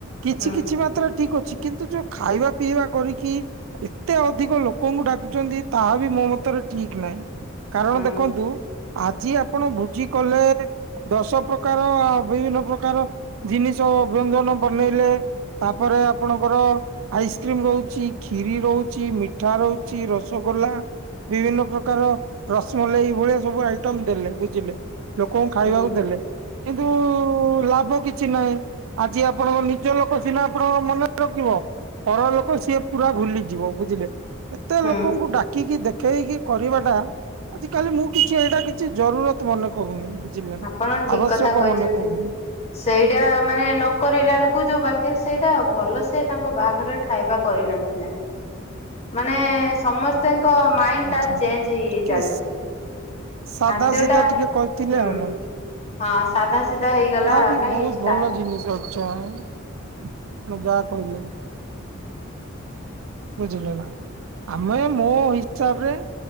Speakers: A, on the right; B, on the left.
A: କିଛି
B: ହୁଁ
A: କିଛି ମାତ୍ରା ଠିକ୍ ଅଛି କିନ୍ତୁ ଯୋଉ ଖାଇବା ପିଇବା କରିକି ଏତେ ଅଧିକ ଲୋକଙ୍କୁ ଡାକୁଛନ୍ତି ତାହା ବି ମୋ ମତରେ ଠିକ୍ ନାହିଁ କାରଣ
B: ହୁଁ
A: ଦେଖନ୍ତୁ ଆଜି ଆପଣ ଭୋଜି କଲେ। ଦଶ ପ୍ରକାର ବିଭିନ୍ନ ପ୍ରକାର ଜିନିଷ ବ୍ୟଞ୍ଜନ ବନେଇଲେ। ତାପରେ ଆପଣଙ୍କର ଆଇସ୍କ୍ରିମ ରହୁଛି ଖିରି ରହୁଛି ମିଠା ରହୁଛି ରସଗୋଲା ବିଭିନ୍ନ ପ୍ରକାର ରସମଲେଇ ଭଳିଆ ସବୁ ଆଇଟମ୍ ଦେଲେ ବୁଝିଲେ ଲୋକଙ୍କୁ ଖାଇବାକୁ
B: ହୁଁ
A: ଦେଲେ କିନ୍ତୁ ଲାଭ କିଛି ନାହିଁ। ଆଜି ଆପଣଙ୍କ ନିଜ ଲୋକ ସିନା ଆପଣଙ୍କୁ ମନରେ ରଖିବ। ପରଲୋକ ସିଏ ପୁରା ଭୁଲିଯିବ ବୁଝିଲେ ଏତେ
B: ହୁଁ
A: ଲୋକଙ୍କୁ ଡାକିକି ଦେଖ ଦେଖେଇକି କରିବାଟା ଆଜି କାଲି ମୁଁ କିଛି ଏଇଟା କିଛି ଜରୁରତ ମନେ କରୁନି ବୁଝିଲେନା
B: ଆପଣ ଠିକ
A: ଆବଶ୍ୟକ
B: କଥା କହିଛନ୍ତି।
A: ମନେ କରୁନି।
B: ସେଇଟା ମାନେ ନକରିଲା ବେଳକୁ ଯୋଉ ବାକି ସେଇଟା ଭଲ ସେ ତାଙ୍କ ବାହାଘରରେ ଖାଇବା କରିନଥିଲେ। ମାନେ ସମସ୍ତଙ୍କ ମାଇଣ୍ଡ
A: ଆଚ୍ଛା
B: ଟା ଚେଞ୍ଜ ହେଇ
A: ଟିକେ
B: ଚାଲିଛି।
A: ସାଧା
B: ଖାଦ୍ୟ
A: ସିଧା
B: ଟା
A: ଟିକେ କରିଥିଲେ
B: ହୁଁ
A: ଆଉ
B: ହଁ ସାଧା ସିଧା ହେଇଗଲା।
A: ତାହା ବି
B: କାଇଁ
A: ବହୁତ
B: ଇଷ୍ଟା
A: ଭଲ ଜିନିଷ ଅଛି ଆପଣ ଯାହା କହିଲେ। ବୁଝିଲେ ନା ଆମେ ମୋ ହିସାବରେ